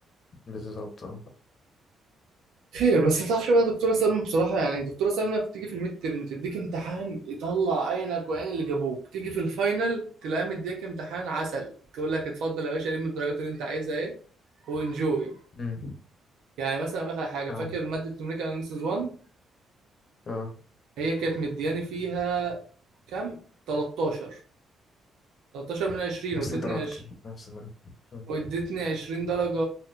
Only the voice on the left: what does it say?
بالظبط اه
امم
يعني
اه
نفس
درجتي
نفس درجتي أمم.